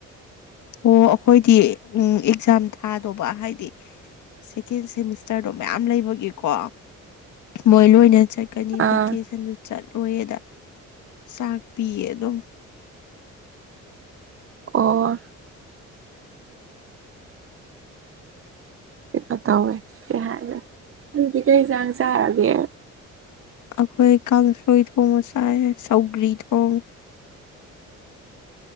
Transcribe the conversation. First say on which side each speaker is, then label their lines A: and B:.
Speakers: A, on the left; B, on the right.
A: ꯑꯣ ꯑꯈꯣꯏꯗꯤ ꯎꯝ ꯑꯦꯛꯖꯥꯝ ꯊꯥꯗꯧꯕ ꯍꯥꯏꯗꯤ ꯁꯦꯀꯦꯟ ꯁꯦꯃꯤꯁꯇꯔꯗꯣ ꯃꯌꯥꯝ ꯂꯩꯕꯒꯤꯀꯣ ꯃꯣꯏ ꯂꯣꯏꯅ ꯆꯠ ꯀꯅꯤ
B: ꯑꯥ
A: ꯚꯦꯀꯦꯁꯟꯗꯨ ꯆꯠꯂꯣꯏꯗ ꯆꯥꯛꯄꯤꯌꯦ ꯑꯗꯨꯝ
B: ꯑꯣ ꯀꯩꯀꯣ ꯇꯧꯋꯦ ꯁꯤ ꯍꯥꯏꯕꯅꯤ ꯑꯗꯨꯗꯤ ꯀꯩ ꯆꯥꯡ ꯆꯥꯔꯒꯦ
A: ꯑꯈꯣꯏ ꯀꯥꯡꯁꯣꯏ ꯊꯣꯡꯕ ꯆꯥꯏꯑꯦ ꯁꯧꯒ꯭ꯔꯤ ꯊꯣꯡꯉꯦ